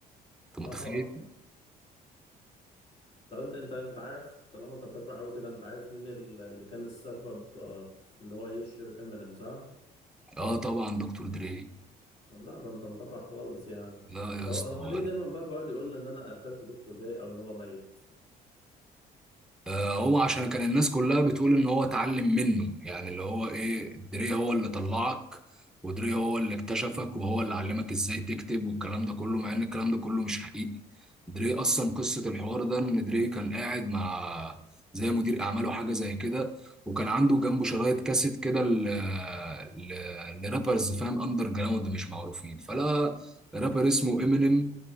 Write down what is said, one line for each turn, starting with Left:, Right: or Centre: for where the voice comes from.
Centre: أنت
Left: <laughs> اه
Centre: متخيل؟
Left: طب انت انت انت عارف طالما انت بتتابع قوي كده انت عارف مين ال- اللي كان السبب آه، في ان هو يشهر امينيم صح؟
Centre: آه طبعا دكتور دري
Left: لا ده انت متابع خالص يعني
Centre: لا يا
Left: هو
Centre: اسطى
Left: هو ليه دايما بقى بيقعد يقول ان انا قتلت دكتور داي او ان هو ميت
Centre: آه، هو عشان كان الناس كلها بتقول ان هو اتعلم منه يعني اللي هو ايه دري هو اللي طلعك ودري هو اللي اكتشفك وهو اللي علمك ازاي تكتب والكلام ده كله مع ان الكلام ده كله مش حقيقي دري اصلا قصة الحوار ده ان دري كان قاعد مع زي مدير اعماله حاجة زي كده وكان عنده جنبه شرايط كاسيت كده ل... ل... لرابرز فاهم اندر جراوند مش معروفين فلا رابر اسمه امينيم